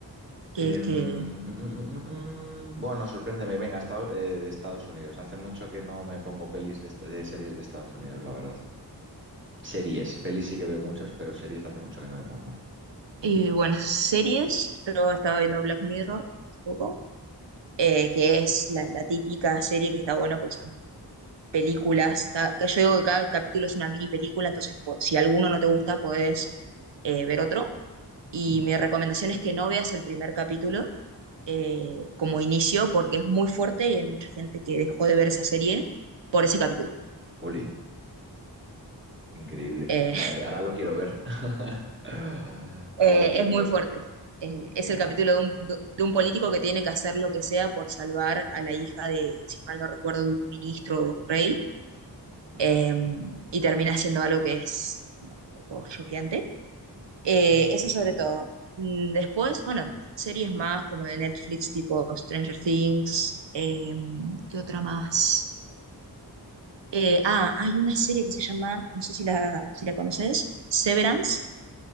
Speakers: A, on the right; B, on the right.
A: que
B: Em,
A: es que...
B: mm, mm, mm, mm, mm. bueno, sorpréndeme, venga, esta- eh, de Estados Unidos. Hace mucho que no me pongo pelis de, esta- de series de Estados Unidos, la verdad. Series, pelis sí que veo muchas, pero series hace mucho que no me pongo.
A: eh, bueno, series, yo estaba viendo Black Mirror hace poco eh, que es la, la típica serie que está buena porque son películas. ca- que yo digo que cada capítulo es una mini película, entonces po- si alguno no te gusta, podés eh, ver otro.
B: Ujú.
A: Y mi recomendación es que no veas el primer capítulo eh, como inicio porque es muy fuerte y hay mucha gente que dejó de ver esa serie por ese capítulo.
B: Ole, increíble.
A: Eh,
B: Vale,
A: <laughs>
B: ahora lo quiero ver. <laughs> Ahora
A: eh,
B: lo quiero
A: es muy
B: ver.
A: fuerte. Eh,
B: Vale,
A: es el capítulo
B: vale.
A: de un, de un político que tiene que hacer lo que sea por salvar a la hija de, si mal no recuerdo, de un ministro o de un rey
B: Ujú.
A: eh, y termina siendo algo que es un poco choqueante. Eh,
B: Va.
A: eso sobre todo. Mm, Después, bueno, series más como de Netflix, tipo Stranger Things, eh, ¿qué otra más? Eh, ah, hay una serie que se llama, no sé si la, si la conoces, Severance.